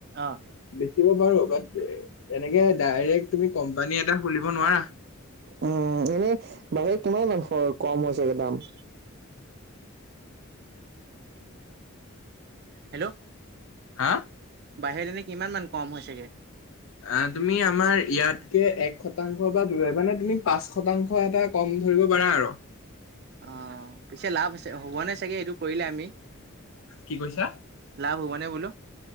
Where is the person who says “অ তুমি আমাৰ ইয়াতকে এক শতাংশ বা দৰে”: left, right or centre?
Left